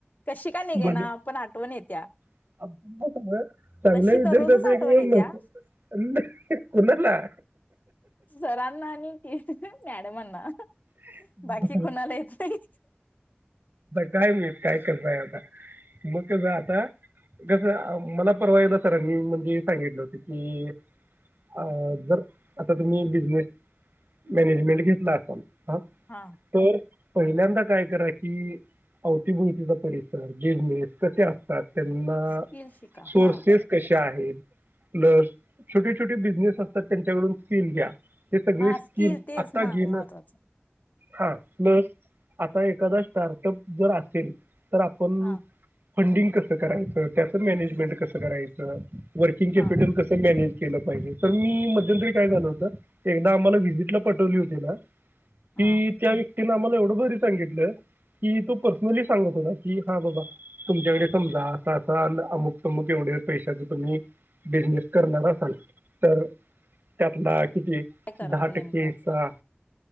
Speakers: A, on the left (about 45°); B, on the right (about 60°).
A: कशी का निघेना,
B: म्हणजे
A: पण आठवण येत्या,
B: <unintelligible> चांगल्या
A: तशी
B: विद्यार्थ्याच,
A: दररोजच
B: एक
A: आठवण
B: हुन
A: येत्या
B: जात, कुणाला
A: सरांना आणि, के मॅडमांना,
B: आता
A: बाकी कुणाला येत नाही
B: काय माहिती, काय करतंय आता, मग कसं आता, कसं मला परवा, एकदा सरांनी म्हणजे, सांगितलं होत की अ, जर आता तुम्ही, बिजनेस मॅनेजमेंट घेतला असाल, ह,
A: हा,
B: तर, पहिल्यांदा काय करा कि अवतीभुवतीचा परिसर, बिजनेस कसे असतात, त्यांना
A: स्किल शिका
B: सौर्सस
A: हा
B: कशा आहेत, प्लस छोटे- छोटे बिझनेस असतात, त्यांच्याकडून स्किल घ्या. हे, सगळे
A: हा
B: स्कीम
A: स्किल तेच
B: आता
A: ना
B: घेणं.
A: महत्वाचं
B: हा, बर आता एखादा स्टार्टअप जर असेल, तर, आपण
A: हा
B: फंडिंग कस करायचं, त्याचं मॅनेजमेंट कसं करायचं. वर्किंगॅपिटल
A: हा
B: कस, मॅनेज केलं पाहिजे, तर मी, मध्यंतरी काय झालं होत. एकदा आम्हाला, व्हिजिटला पठवली होती ना, कि,
A: हा
B: त्या व्यक्तीने, आम्हाला एवढं भारी सांगितलं की, तो पर्सनली सांगत होता की हा बाबा, तुमच्याकडे समजा, असा -असा अमुक -तमुक एवढे पैशाच तुम्ही, बिजनेस करणार असाल, तर त्यातला किती
A: काय कराल
B: दहा
A: नेमकं
B: टाके, का,
A: असं